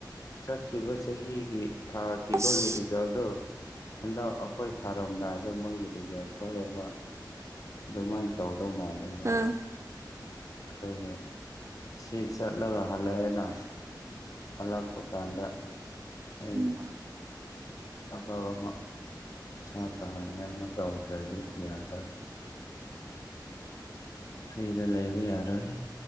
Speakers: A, on the left; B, on the right.
A: ꯆꯠꯈꯤꯕ ꯆꯍꯤꯒꯤ ꯊꯥꯈꯤꯕꯒ
B: ꯑꯁ
A: ꯔꯤꯖꯜꯗꯣ ꯍꯟꯗꯛ ꯑꯩꯈꯣꯏ ꯊꯥꯔꯝꯗꯥꯏꯗ ꯃꯣꯏꯒꯤ ꯔꯤꯖꯜ ꯊꯣꯛꯑꯦꯕ ꯑꯗꯨꯃꯥꯏꯅ ꯇꯧꯕ ꯗꯧ ꯃꯥꯂꯦꯕ
B: ꯑꯥ
A: ꯑꯗꯨꯒꯤ ꯁꯤ ꯆꯠꯂꯒ ꯍꯜꯂꯛꯑꯦꯅ ꯍꯜꯂꯛꯄ ꯀꯥꯟꯗ ꯑꯩ
B: ꯎꯝ
A: ꯊꯕꯛ ꯑꯃ ꯆ ꯇꯥꯅꯤꯡꯉꯥꯏ ꯑꯃ ꯇꯧꯗ꯭ꯔꯗꯤ ꯌꯥꯔꯔꯣꯏ ꯐ꯭ꯔꯤꯗ ꯂꯩꯕ ꯌꯥꯔꯣꯏ